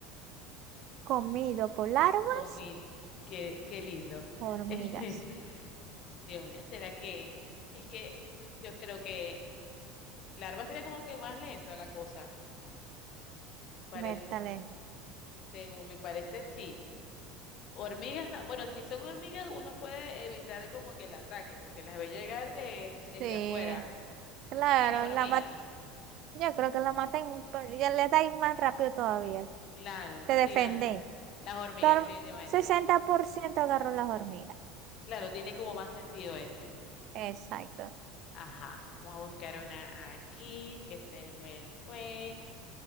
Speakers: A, on the right (about 55°); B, on the left (about 50°).
A: Comido por larvas,
B: Con mis, qué, qué lindo.
A: hormigas.
B: <laughs> Este, Dios mío, ¿será que? Es que yo creo que la larva sería como que más lenta la cosa, parece
A: Vértale.
B: ser. Según mi parecer, sí. Hormigas, ta- bueno, si son hormigas, uno puede evitar como que el ataque, porque las ve llegar de, desde
A: Sí,
B: afuera.
A: claro,
B: Sí, las hormigas,
A: la
B: las hormigas.
A: Yo creo que la matan, pero ya le dais más rápido todavía.
B: Claro,
A: Te defendéis.
B: sí, las, las hormigas,
A: Tor-
B: definitivamente.
A: 60% agarró las hormigas.
B: Claro, tiene como más sentido ese.
A: Exacto.
B: Ajá, vamos a buscar una aquí que se me fue.